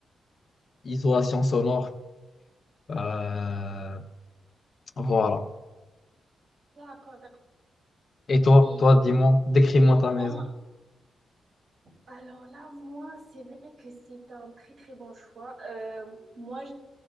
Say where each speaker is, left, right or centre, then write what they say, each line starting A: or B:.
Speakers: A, on the left (about 50°); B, on the right (about 70°).
A: isolation sonore. Euh, voilà.
B: d'accord.
A: Et toi,
B: Et,
A: toi, dis-moi, décris-moi
B: et moi,
A: ta maison.
B: alors là, moi, que c'est un très bon choix. Euh, moi,